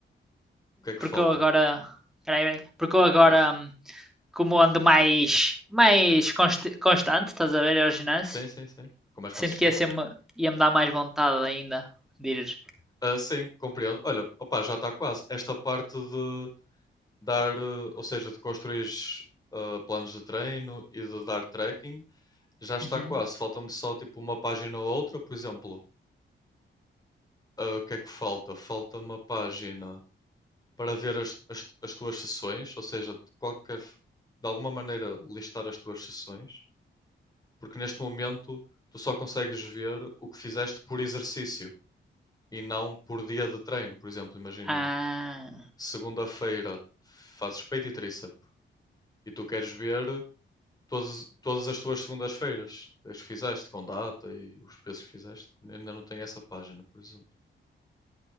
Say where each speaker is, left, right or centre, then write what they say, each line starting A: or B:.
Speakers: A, on the left; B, in the centre.
A: o que é que
B: porque
A: falta?
B: eu agora, peraí, peraí. porque eu agora,
A: Diz.
B: hum, como ando mais, mais const- constante, estás a ver, ao ginásio.
A: Sim, sim, sim. Com mais consistência.
B: Sinto que ia ser-me. ia-me dar mais vontade ainda de ir.
A: Ah, sim, compreendo. Olha, opa, já está quase. Esta parte de dar, eh, ou seja, de construir ah, planos de treino e de dar tracking, já está
B: Uhum.
A: quase. Falta-me só tipo uma página ou outra, por exemplo. Ah, o que é que falta? Falta uma página para ver as, as, as tuas sessões, ou seja, de qualquer, de alguma maneira listar as tuas sessões, porque neste momento tu só consegues ver o que fizeste por exercício e não por dia de treino. Por exemplo, imagina
B: Ah.
A: segunda-feira fazes peito e tríceps e tu queres ver todas, todas as tuas segundas-feiras, as que fizeste, com data e os pesos que fizeste. Ainda não tenho essa página, por exemplo.